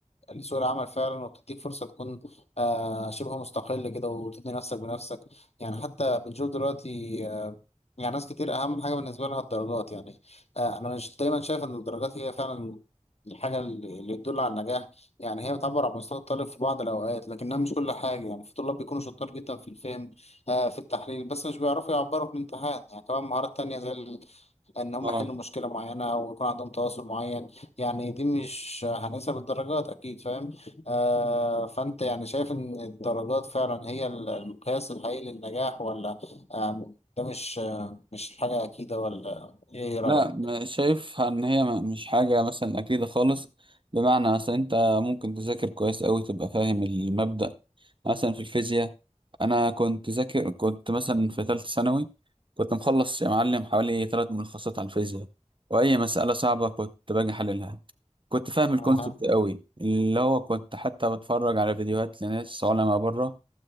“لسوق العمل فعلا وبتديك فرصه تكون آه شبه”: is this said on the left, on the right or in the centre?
Left